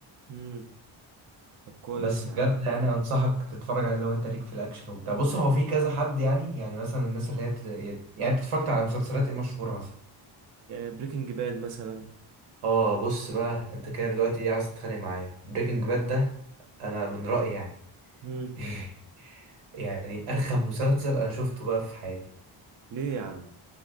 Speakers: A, on the right (about 40°); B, on the right (about 90°).
A: امم طب كويس
B: بس بجد
A: يا عم
B: يعني انصحك تتفرج عليه لو انت ليك في الاكشن وبتاع بص هو في كذا حد يعني يعني مثلا الناس اللي هي بت... يعني انت اتفرجت على مسلسلات ايه مشهوره مثلا
A: بريكنج باد مثلا
B: اه بص بقى انت كده دلوقتي ايه عايز تتخانق معايا بريكنج باد ده انا من رايي يعني
A: امم
B: <laughs> يعني ارخم مسلسل انا شفته بقى في حياتي
A: ليه يا عم